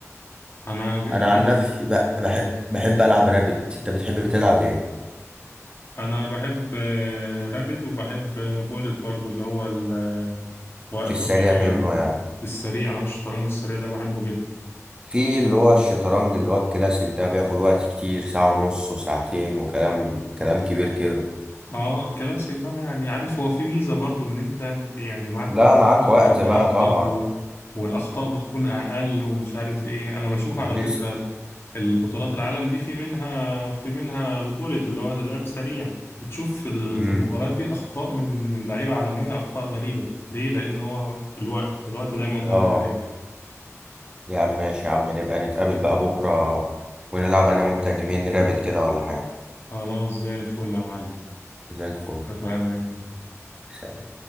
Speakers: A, on the left (about 50°); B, on the right (about 15°).
A: انا ج-
B: انا
A: جيت
B: عن نفسي ب- بحب بحب العب رابت انت بتحب تلعب ايه
A: انا بحب آه، رابد وبحب آه، بولت برضو اللي هو ال- آه، الوقت
B: في السريع
A: القصير
B: منه
A: اه
B: يعني
A: السريع اه الشطرنج السريع ده بحبه جدا
B: في اللي هو الشطرنج اللي هو الكلاسيك ده بياخد وقت كتير ساعة ونص وساعتين وكلام كلام كبير كده
A: اه الكلاسيك بقى يعني عارف هو في ميزة برضو ان انت يعني معاك
B: لا
A: وقت
B: معاك
A: تفكر
B: وقت
A: براحتك
B: بقى طبعا
A: و... والاخطاء بتكون اقل ومش عارف ايه انا بشوف على
B: البيست
A: فكرة ال- البطولات العالم دي في منها في منها البوليت اللي هو لعب سريع بتشوف في ال-
B: امم
A: في المباريات دي اخطاء من من لعيبة عالمية اخطاء غريبة ليه لان هو الوقت الوقت دايما
B: اه
A: ضاغط عليك
B: يا عم ماشي يا عم نبقى نتقابل بقى بكرة ونلعب انا وانت جيمين رابط كده ولا حاجة
A: خلاص زي الفل يا معلم
B: زي الفل
A: اتفقنا
B: سلام